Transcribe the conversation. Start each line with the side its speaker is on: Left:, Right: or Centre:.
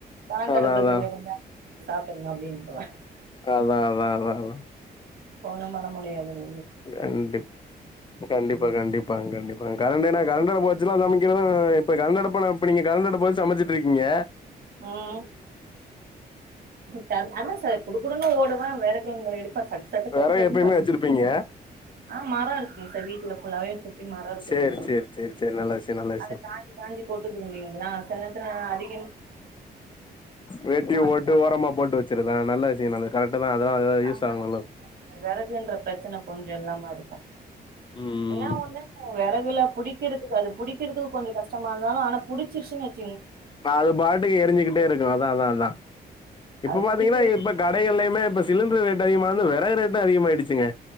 Right: கரண்ட்
Left: அதா
Right: அடுப்புல
Left: அதா
Right: செஞ்ச கொஞ்சொ சாப்ட்டுக்கங்க அப்டின்றுவ
Left: அதா அதா அதா அதா
Right: ஃபோனும் பண்ணமுடியாதுல்
Left: கண்டிப் கண்டிப்பா
Right: ம்
Left: கண்டிப்பாங்க கண்டிப் பாங் கரண்ட் ஏனா கரண்ட் அடுப்பு வச்சல்லா சமக்கிறது இப்ப கரண்ட் அடுப்புனா இப்ப நீங்க கரண்ட் அடுப்பு வச்சு சமச்சுட்ருக்கீங்க
Right: ம் த அதா சார் குடுக்குடுன்னு ஓடுவே வெற குங்க எடுத் தா சட்டு சட்டு சட்டு
Left: வெறகு
Right: சட்டுனு
Left: எப்பயுமே
Right: பாத்துவுட்ருவே
Left: வச்சிருப்பீங்க
Right: ஆ மர இருக்குங் சார் வீட்ல ஃபுல்லாவே <unintelligible> சுத்தி மரோ இருக்குதன்றத
Left: சேரி சேரி சேரி சேரி நல்ல விஷயோ நல்ல விஷயோ
Right: அத காஞ்சி காஞ்சி கொட்டுதுங்களீ நா சில நேரத்துல நா அதி
Left: வேட்டியு
Right: அது
Left: ஓட்டு ஓரமா போட்டு வச்சிருத நல்ல விசயந்தா அது கரெக்ட் தான் அதெல்லாம் அதெல்லா யூஸ்
Right: ஆன
Left: ஆகும் நல்ல
Right: விறகுன்ற பிரச்சனை கொஞ்சோ இல்லாம இருக்கு
Left: ம்
Right: என்ன ஒண்ணு விறகுல புடிக்கிறதுக்கு அது புடிக்கிறதுக்கு கொஞ்சோ கஷ்ட டமா இருந்தாலு ஆன புடிச்சிருச்சுனு வச்
Left: நா அது பாட்டுக்கு எரிஞ்சுக்கிட்டே இருக்கீ அதா அதா அதா இப்ப
Right: அது
Left: பாத்தீங்கன்னா
Right: புடிக்க
Left: இது இப்ப கடையல்லயுமே இப்ப சிலிண்டர் ரேட் அதிகமாந்து விறகு ரேட்டு அதிகமா ஆயிடுச்சுங்க